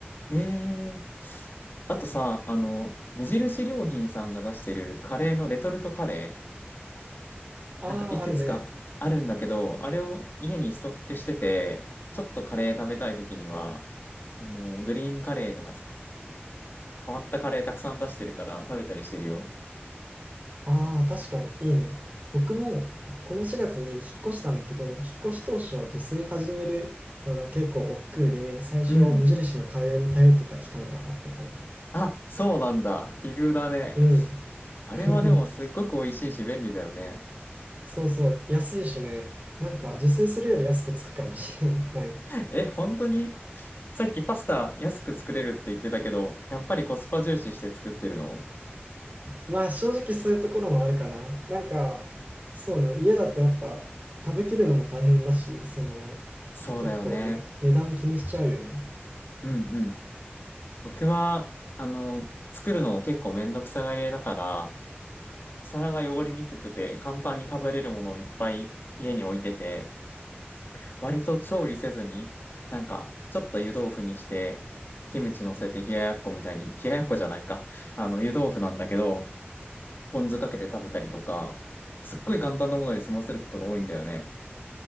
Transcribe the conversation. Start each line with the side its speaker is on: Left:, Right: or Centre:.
Left: ええあとさ、あの、無印良品さんが出してるカレーのレトルトカレー、
Right: ああ、
Left: なんかいくつかあるんだけど、
Right: あるね。
Left: あれを家にストックしてて、ちょっとカレー食べたい時には、あの、グリーンカレーとかさ、変わったカレーたくさん出してるから食べたりしてるよ。
Right: ああ、確かに、いいね。僕も、この4月に引っ越したんだけど、引っ越し当初、自炊始めるのが結構億劫で、最初、
Left: うん。
Right: 無印のカレーに頼ってた期間があったかな。
Left: あ、そうなんだ。奇遇だね。
Right: うん。
Left: あれはでもすっごく美味しいし便利だよね。
Right: <laughs> そうそう、安いしね。なんか、自炊するより安くつくかもしれない。
Left: え、本当にさっきパスタ安く作れるって言ってたけど、やっぱりコスパ重視して作ってるの
Right: まあ、正直そういうところもあるかな。なんか、そうね、家だとやっぱ、食べきるのも大変だし、その、
Left: そうだよね。
Right: 結構ね、値段気にしちゃうよね。
Left: うんうん。僕は、あの、作るの結構めんどくさがり屋だから、お皿が汚れにくくて簡単に食べれるものをいっぱい家に置いてて、割と調理せずに、なんか、ちょっと湯豆腐にして、キムチ乗せて冷ややっこみたいに、冷ややっこじゃないか。あの、湯豆腐なんだけど、ポン酢かけて食べたりとか、すっごい簡単なもので済ませることが多いんだよね。